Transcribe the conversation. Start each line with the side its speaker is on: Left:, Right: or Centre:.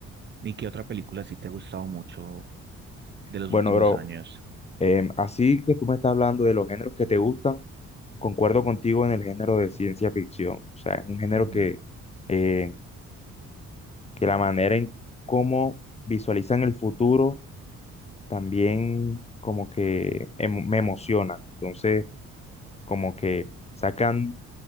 Right: ¿Y qué otra película sí te ha gustado mucho de los
Left: Bueno,
Right: últimos
Left: bro,
Right: años?
Left: Em, así que tú me estás hablando de los géneros que te gustan, concuerdo contigo en el género de ciencia ficción. O sea, es un género
Right: Ujú.
Left: que, eh, que la manera en cómo visualizan el futuro también como que em- me emociona. Entonces, como que sacan